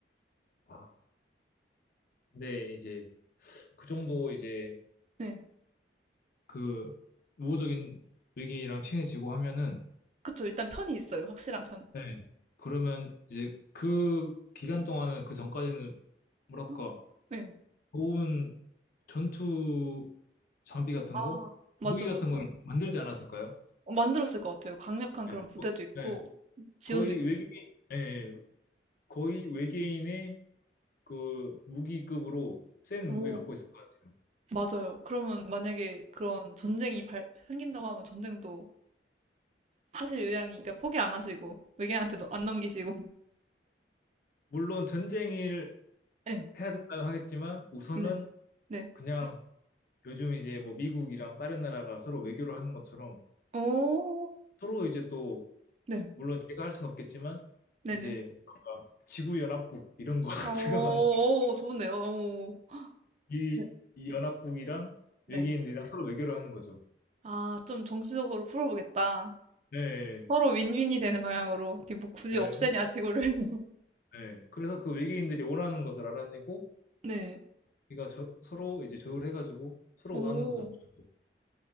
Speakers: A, on the left; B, on the right.
A: 와. 근데 이제 그 정도 이제
B: 네.
A: 그 우호적인 의견이랑 친해지고 하면은,
B: 그쵸. 일단 편이 있어요. 확실한 편.
A: 예. 그러면 이제 그 기간 동안은 그 전까지는 뭐랄까,
B: 응. 네.
A: 좋은 전투 장비 같은
B: 아,
A: 거?
B: 맞죠,
A: 무기 같은
B: 맞죠.
A: 걸 만들지 않았을까요?
B: 어 만들었을 것 같아요. 강력한 그런
A: 예.
B: 부대도
A: 거-
B: 있고
A: 예.
B: 지원도
A: 거의
B: 있고.
A: 외계인, 예. 거의 외계인의 그 무기급으로 센
B: 오.
A: 무기 갖고 있을 것 같아요.
B: 맞아요. 그러면 만약에 그런 전쟁이 발 생긴다고 하면 전쟁도 하실 의향이 그러니까 포기 안 하시고 외계인한테도 안 넘기시고.
A: 물론 전쟁을
B: 네.
A: 해야 된다고 하겠지만 우선은
B: 네.
A: 음,
B: 네.
A: 그냥 요즘 이제 뭐 미국이랑 다른 나라가 서로 외교를 하는 것처럼
B: 오.
A: 서로 이제 또
B: 네.
A: 물론 제가 할 수는 없겠지만
B: 네네.
A: 이제 뭔가 지구 연합국 이런 거 <laughs> 같은
B: 오.
A: 거는
B: 오, 좋은데요. 오.
A: 이,
B: 네.
A: 이 연합국이랑
B: 네.
A: 외계인들이랑 서로 외교를 하는 거죠.
B: 아 좀 정치적으로 풀어 보겠다.
A: 네,
B: 서로 윈윈이 되는 방향으로 이렇게 뭐 굳이
A: 네,
B: 없애냐 지구를. <laughs>
A: 네. 그래서 그 외계인들이 원하는 것을 알아내고
B: 네.
A: 우리가 저- 서로 이제 조율해가지고 서로
B: 오.
A: 원하는 것을 주고.